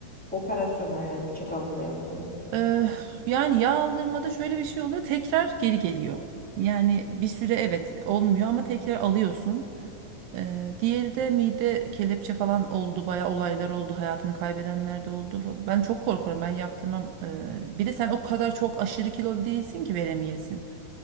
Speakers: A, in the centre; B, on the right.
A: operasyonlar yani bıçak altına yattığın.
B: Ee, yani yağ aldırmada şöyle bir şey oluyor. Tekrar geri geliyor. Yani bir süre evet olmuyor ama tekrar alıyorsun. Ee, diğeri de mide kelepçe falan oldu. Bayağı olaylar oldu. Hayatını kaybedenler de oldu. Ben çok korkarım. Ben yaptırmam. Ee, bir de sen o kadar çok aşırı kilolu değilsin ki veremeyesin.